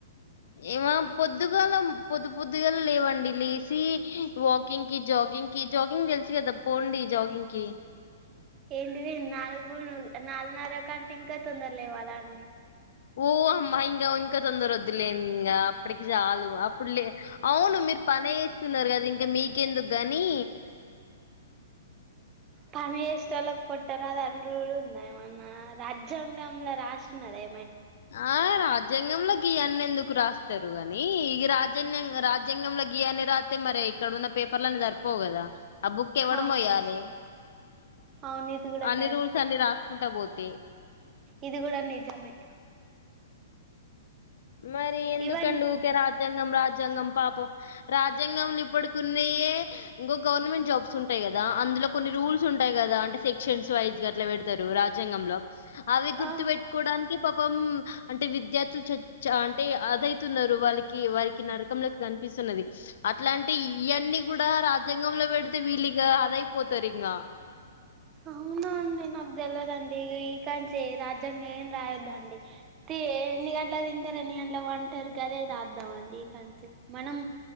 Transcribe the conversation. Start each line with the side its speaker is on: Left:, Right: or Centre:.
Left: ఏమ పొద్దుగాల పొద్దు పొద్దుగాల లేవండి లేసి వాకింగ్ కి జాగింగ్ కి జాగింగ్ తెలుసు కదా పోండి జాగింగ్ కి
Right: ఏంటిది నాలుగురు నాలుగున్నర కంటే ఇంకా తొందర లేవాలండి
Left: ఓ అమ్మా ఇం ఇంకా తొందర వద్దులే ఇంగ అప్పటికి చాలు అప్పుడు లే అవును మీరు పని చేస్తున్నారు కదా ఇంకా మీకెందుకు గాని <unintelligible>
Right: పని చేసేటోళ్లకు పొట్టరాదు అని రూల్ ఉంద ఏమన్నా రాజ్యాంగంలో రాసిన్నదే
Left: ఆ రాజ్ రాజ్యాంగం లో గియన్ని ఎందుకు రాస్తారు గానీ ఇగ రాజన్ రాజ్యాంగంలో గియాన్ని రాస్తే మరి ఇక్కడ ఉన్న పేపర్లలను సరిపోవు కదా ఆ బుక్ ఎవ్వడు
Right: అవును
Left: మోయాలే
Right: అవును ఇది కూడా
Left: అన్ని
Right: కరెక్టే
Left: రూల్స్ అన్ని రాసుకుంటా పోతే
Right: ఇది కూడా నిజమే
Left: మరి ఎందుకండి
Right: ఈవెన్
Left: ఊకే రాజ్యాంగం రాజ్యాంగం పాపం రాజ్యాంగంలో ఇప్పుడుకున్నాయే ఇంకో గవర్నమెంట్ జాబ్స్ ఉం టయి కదా అందులో కొన్ని రూల్స్ ఉంటాయి కదా అంటే సెక్షన్స్ వైజ్ అట్లా పెడతారు రాజ్యాంగంలో అవి గుర్తు
Right: ఆ
Left: పెట్టుకోవడానికి పాపం అంటే విద్యార్థులు చ చ అంటే అదైతున్నారు వాళ్ళకి వారికి నరకంలోకి కనిపిస్తున్నది అట్లాంటే ఇయన్నీ కూడా రాజ్యాంగంలో పెడితే విళ్ళింగా అదయిపోతారు ఇంగ
Right: అవున అండి నాకు తెలదండి ఇకంచి రాజ్యాంగ ఏం రాయద్దండి తి ఎన్నిగన్ గంటలకు తింటరు ఎన్ని గంటలకు వంటరు గదే రద్దామండి ఇక అంతే మనం